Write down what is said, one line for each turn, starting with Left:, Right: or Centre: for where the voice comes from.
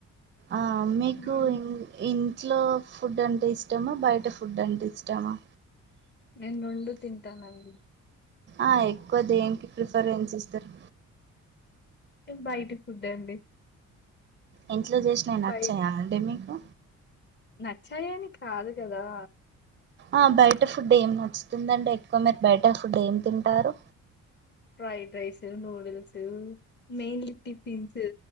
Right: ఆ మీకు
Left: హ్మ్.
Right: ఇం ఇం ట్లో ఫుడ్ అంటే ఇష్టమా బయట ఫుడ్ అంటే ఇష్టమా
Left: నేను రండు తింటాను అండి
Right: ఆ ఎక్కువ దేనికి ప్రిఫర్న్స్ ఇస్తారు
Left: బయటి ఫుడ్ అండి
Right: ఇంట్లో చేసినావి నచ్చేయ
Left: బయ
Right: అండి. మీకు
Left: నచ్చాయని కాదు కదా
Right: ఆ బయట ఫుడ్ ఏం నచ్చుతుందండి ఎక్కువ మీరు బయట ఫుడ్ ఏం తింటారు.
Left: Fried rice noodles mainly tiffins